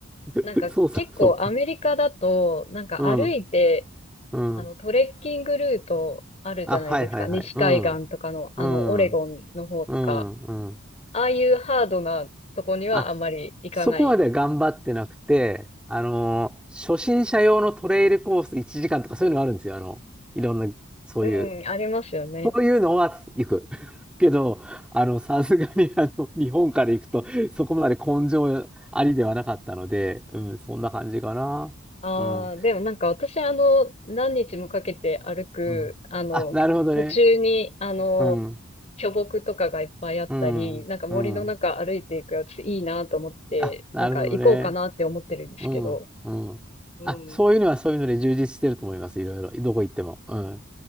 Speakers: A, in the centre; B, on the left.
A: <laughs>
B: なんか結構アメリカだと、
A: そうそうそ
B: なんか歩いて、
A: う。うん、うん。
B: あの、トレッキングルートあるじゃないですか。
A: あ、はいはいはい。
B: 西海岸とかの、
A: うん、
B: あの、
A: うん、
B: オレゴンの方とか、
A: うん、うん。
B: ああいうハードなとこにはあんまり行かない。
A: あ、そこまでは頑張ってなくて、あのー初心者用のトレイルコース1時間とかそういうのがあるんですよ。あの、いろんな、そういう。
B: うん、ありますよね。
A: そういうのは行く。<laughs> けど、あの、さすがに、あの、日本から行くと、そこまで根性ありではなかったので、うん、そんな感じかな。
B: ああ、
A: うん。
B: でもなんか私あの、何日もかけて歩く、
A: うん。
B: あの、
A: あ、なるほどね。
B: 途中にあの、
A: うん。
B: 巨木とかがいっぱいあったり、
A: うん。
B: なんか森の中歩いていくやついいなと思って、
A: うん。あ、なるほどね。
B: なんか行こうかなって思ってるんですけど。
A: うん。うん。
B: うん、
A: あ、そういうのはそういうので充実してると思います。いろいろ。どこ行っても。うん。